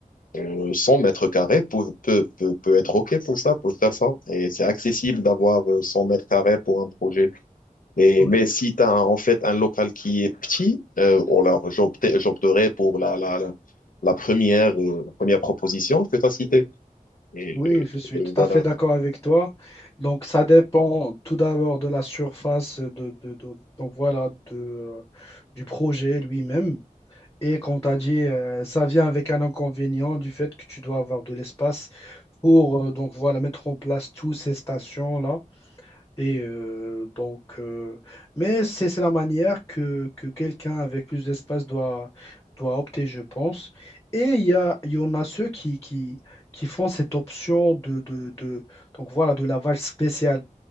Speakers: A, on the left; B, on the left.
A: euh, 100 mètres carrés peut, peut, peut, peut être OK pour ça, pour faire ça. Et c'est accessible d'avoir euh, 100 mètres carrés pour un projet. Et,
B: oui,
A: mais si tu as en fait un local qui est petit, euh, ou alors j'opte- j'opterais pour la, la, la, la première, euh, la première proposition que tu as citée. Et
B: oui, je suis
A: euh,
B: tout
A: euh, voilà.
B: à fait d'accord avec toi. Donc, ça dépend tout d'abord de la surface, de, de- de- donc voilà, de, euh, du projet lui-même. Et comme tu as dit, euh, ça vient avec un inconvénient du fait que tu dois avoir de l'espace pour euh, donc voilà, mettre en place toutes ces stations-là. Et euh, donc, euh, mais c'est c'est la manière que, que quelqu'un avec plus d'espace doit, doit opter, je pense. Et il y a, il y en a ceux qui, qui, qui font cette option de, de, de, donc voilà, de lavage spécial.